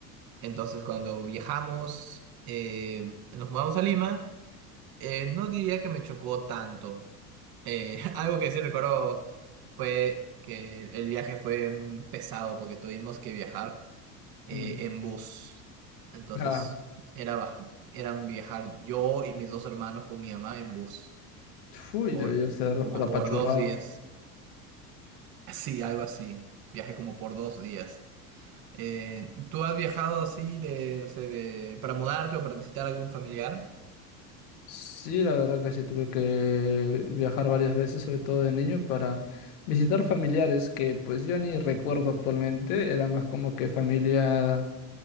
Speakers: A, on the right; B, on the left.
A: Entonces, cuando viajamos, eh, nos mudamos a Lima, eh, no diría que me chocó tanto. Eh, <laughs> algo que sí recuerdo fue que el viaje fue mm, pesado porque tuvimos que viajar eh,
B: Mm.
A: en bus. Entonces,
B: Ah,
A: era baja- eran viajar yo y mis dos hermanos con mi mamá en bus
B: uy,
A: por
B: debió ser,
A: como
B: pero
A: por
B: apachurrado.
A: dos días. <laughs> Sí, algo así. Viaje como por dos días. Eh, ¿tú has viajado así de, no sé, de- para mudarte o para visitar algún familiar?
B: Sí, la verdad que sí, tuve que viajar varias veces, sobre todo de niño, para visitar familiares que pues yo ni recuerdo actualmente, era más como que familia